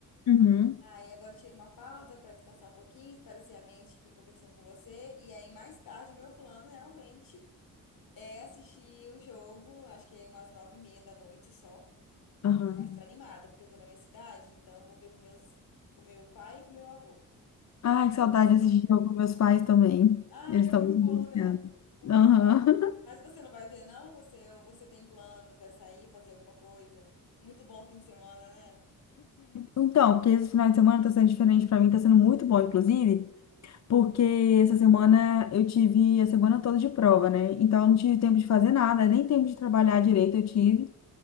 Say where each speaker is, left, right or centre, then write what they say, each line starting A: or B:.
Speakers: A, on the left; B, on the left.
A: Uhum.
B: Aí agora eu tirei uma pausa para descansar um pouquinho, esparecer a mente aqui conversando com você. E aí, mais tarde, meu plano realmente é assistir o jogo, acho que é umas nove e meia da noite só.
A: Aham.
B: Mas tô animada, porque eu tô na minha cidade, então eu vou ver com meus, com meu pai e com meu avô.
A: Ai, que saudade
B: Você?
A: de assistir jogo com meus pais também.
B: Ah,
A: Eles
B: é
A: estão
B: muito
A: muito
B: bom,
A: angustiados.
B: né? É muito
A: Aham.
B: bom.
A: <laughs>
B: Mas você não vai ver, não? Você ou você tem planos, vai sair, fazer alguma coisa? Muito bom fim de semana, né?
A: Então, porque esse final de semana tá sendo diferente pra mim, tá sendo muito bom, inclusive, porque essa semana eu tive a semana toda de prova, né? Então eu não tive tempo de fazer nada, nem tempo de trabalhar direito eu tive.